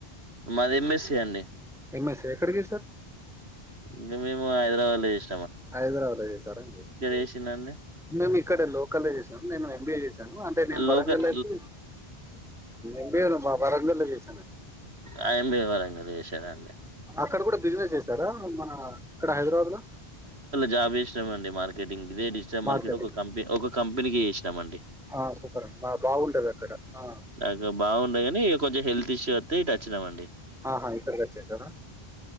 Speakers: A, on the right (about 85°); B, in the centre.
A: మాది ఎంఎసి అండి
B: ఎంఎస్ ఎక్కడ చేశారు
A: ఇంకా మేము హైదరాబాద్ లో చేస్
B: హైదరాబాద్ చేసారండి
A: చేసిండండి
B: మేము ఇక్కడ లోకల్ చేసాము నేను ఎంబీఏ చేసాను అంటే నేను
A: లోకల్
B: వరంగల్ అయితే ఎంబిఏ బా వరంగల్ లో చేసాను అన్
A: ఆ ఎబ ఇవ్వాల మీరు చేసారా అండి
B: అక్కడ కూడా బిజినెస్ చేసారా మన ఇక్కడ హైదరాబాద్ లో
A: జాబి ఇష్టంమండి మార్కెటింగ్ ఇదే డిజిటల్
B: మార్కెటింగ్
A: మార్కెట్ ఒక కంపె ఒక కంపెనీకి ఇష్టమండి
B: ఆ సూపర్ అండి బాగుంటది అక్కడ ఆ
A: నాకు బాగుండదు కాని కొంచెం హెల్త్ ఇష్యూ వస్త టచ్చినమండి
B: ఆహా ఇక్కడికి వచ్చేసారా